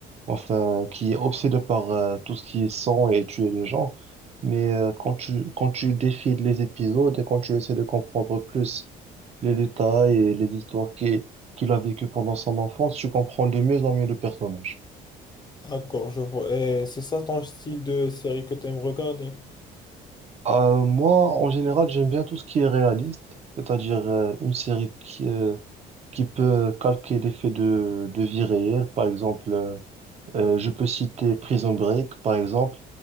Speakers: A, on the right; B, on the left.
A: enfin, qui est obsédé par euh, tout ce qui est sang et tuer les gens. Mais euh, quand tu, quand tu défiles les épisodes et quand tu essaies de comprendre plus les détails et les histoires qui- qu'il a vécues pendant son enfance, tu comprends de mieux en mieux le personnage.
B: D'accord, je vois. Et c'est ça ton style de série que tu aimes regarder?
A: Euh, moi, en général, j'aime bien tout ce qui est réaliste, c'est-à-dire euh, une série qui, euh, qui peut calquer des faits de, de vie réelle. Par exemple, euh, euh, je peux citer Prison Break, par exemple.